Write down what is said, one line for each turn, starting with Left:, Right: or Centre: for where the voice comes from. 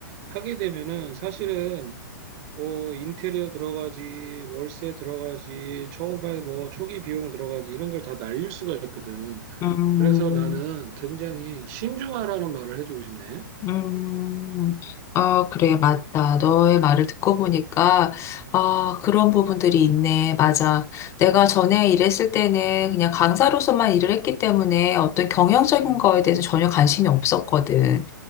Right: 하게 되면은 사실은 뭐 인테리어 들어가지, 월세 들어가지, 초반 뭐 초기 비용 들어가지 이런 걸 다 날릴 수가 있거든.
Left: 음.
Right: 그래서 나는 굉장히 신중하라는 말을 해주고 싶네.
Left: 음, 어, 그래, 맞다. 너의 말을 듣고 보니까, 아, 그런 부분들이 있네. 맞아. 내가 전에 일했을 때는 그냥 강사로서만 일을 했기 때문에 어떤 경영적인
Right: 음,
Left: 거에 대해서 전혀 관심이 없었거든.